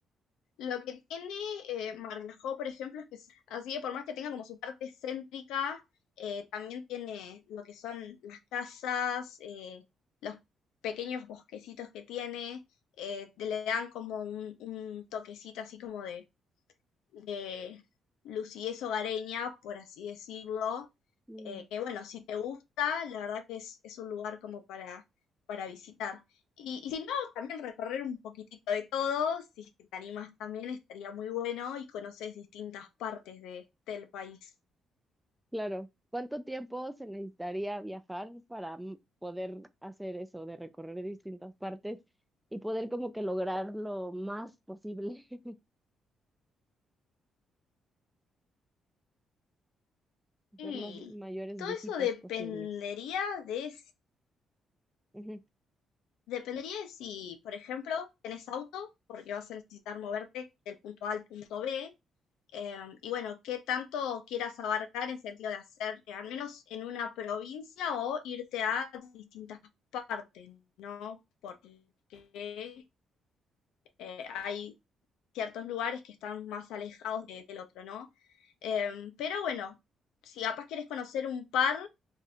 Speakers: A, on the left; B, in the centre.
A: Lo que tiene eh, Margajó, por ejemplo, es que s- así que por más que tenga como su parte céntrica, eh, también tiene lo que son las casas, eh, los pequeños bosquecitos que tiene, eh, te le dan como un, un toquecito así como de, de lucidez hogareña, por así decirlo,
B: Mm,
A: eh, que bueno, si te gusta, la verdad que es, es un lugar como para, para visitar. Y, y si no, también recorrer un poquitito de todo, si es que te animas también, estaría muy bueno y conoces distintas partes de, del país.
B: claro. ¿Cuánto tiempo se necesitaría viajar para mm, poder hacer eso, de recorrer distintas partes y poder como que lograr lo más posible, <laughs> hacer
A: Y
B: las mayores
A: todo
B: visitas
A: eso dependería
B: posibles?
A: de, s-
B: Ujú.
A: dependería de si, por ejemplo, tenés auto, porque vas a necesitar moverte del punto A al punto B, Em, y bueno, qué tanto quieras abarcar en sentido de hacer, eh, al menos en una provincia o irte a distintas partes, ¿no? Porque eh, hay ciertos lugares que están más alejados de- del otro, ¿no? Em, pero bueno, si capaz quieres conocer un par,